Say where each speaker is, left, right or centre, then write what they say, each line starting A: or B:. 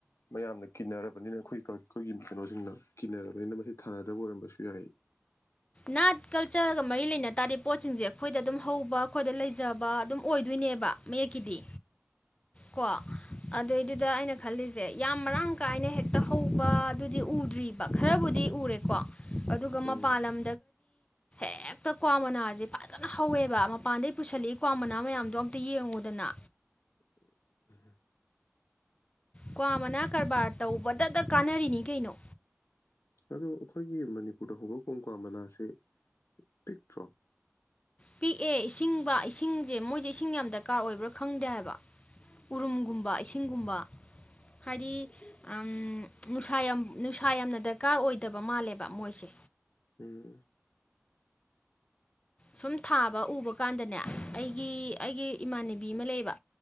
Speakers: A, on the left (about 75°); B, on the left (about 25°).
A: ꯃꯌꯥꯝꯅ ꯀꯤꯅꯔꯕꯅꯤꯅ ꯑꯩꯈꯣꯏ ꯀꯜ ꯈꯣꯏꯒꯤ ꯀꯩꯅꯣꯁꯤꯡꯅ ꯀꯤꯅꯔꯕꯅꯤꯅ ꯃꯁꯤ ꯊꯥꯅꯗꯕ ꯑꯣꯏꯔꯝꯕꯁꯨ ꯌꯥꯏ
B: ꯅꯥꯠ ꯀꯜꯆꯔꯒ ꯃꯔꯤ ꯂꯩꯅ ꯇꯥꯗꯤ ꯄꯣꯠꯁꯤꯡꯁꯦ ꯑꯩꯈꯣꯏꯗ ꯑꯗꯨꯝ ꯍꯧꯕ ꯑꯩꯈꯣꯏꯗ ꯂꯩꯖꯕ ꯑꯗꯨꯝ ꯑꯣꯏꯗꯣꯏ ꯅꯦꯕ ꯃꯌꯦꯛꯀꯤꯗꯤ ꯀꯣ ꯑꯗꯨꯏꯗꯨꯗ ꯑꯩꯅ ꯈꯜꯂꯤꯁꯦ ꯌꯥꯝ ꯃꯔꯥꯡ ꯀꯥꯏꯅ ꯍꯦꯛꯇ ꯍꯧꯕꯗꯨꯗꯤ ꯎꯗ꯭ꯔꯤꯕ ꯈꯔꯕꯨ ꯇꯤ ꯎꯔꯦꯀꯣ ꯑꯗꯨꯒ
A: ꯎꯝ
B: ꯃꯄꯥꯟ ꯂꯝ
A: <inaudible>
B: ꯍꯦꯛꯇ ꯀ꯭ꯋꯥ ꯃꯅꯥꯁꯦ ꯐꯖꯅ ꯍꯧꯋꯦꯕ ꯃꯄꯥꯟꯗꯩ ꯄꯨꯁꯜꯂꯛꯏ ꯀ꯭ꯋꯥ ꯃꯅꯥ ꯃꯌꯥꯝꯗꯣ ꯑꯝꯇ ꯌꯦꯡꯉꯨꯗꯅ
A: <inaudible>
B: ꯀ꯭ꯋꯥ ꯃꯅꯥ ꯀꯔꯕꯥꯔ ꯇꯧꯕꯗꯇ ꯀꯥꯟꯅꯔꯤꯅꯤ ꯀꯩꯅꯣ
A: ꯑꯗꯨ ꯑꯩꯈꯣꯏꯒꯤ ꯃꯅꯤꯄꯨꯔꯗ ꯍꯧꯕ ꯀꯣꯡꯀ꯭ꯋꯥ ꯃꯅꯥꯁꯦ ꯄꯤꯛꯇ꯭ꯔꯣ
B: ꯄꯤꯛꯑꯦ ꯏꯁꯤꯡꯕ ꯏꯁꯤꯡꯁꯦ ꯃꯣꯏꯁꯦ ꯏꯁꯤꯡ ꯌꯥꯝ ꯗꯔꯀꯥꯔ ꯑꯣꯏꯕ꯭ꯔꯥ ꯈꯪꯗꯦ ꯍꯥꯏꯕ ꯎꯔꯨꯝꯒꯨꯝꯕ ꯏꯁꯤꯡꯒꯨꯝꯕ ꯍꯥꯏꯗꯤ ꯑꯝ ꯅꯨꯡꯁꯥ ꯌꯥꯝ ꯅꯨꯡ ꯁꯥ ꯌꯥꯝꯅ ꯗꯔꯀꯥꯔ ꯑꯣꯏꯗꯕ ꯃꯥꯜꯂꯦꯕ ꯃꯣꯏꯁꯦ
A: ꯎꯝ
B: ꯁꯨꯝ ꯊꯥꯕ ꯎꯕ ꯀꯥꯟꯗꯅꯦ ꯑꯩꯒꯤ ꯑꯩꯒꯤ ꯏꯃꯥꯟꯅꯕꯤ ꯑꯃ ꯂꯩꯕ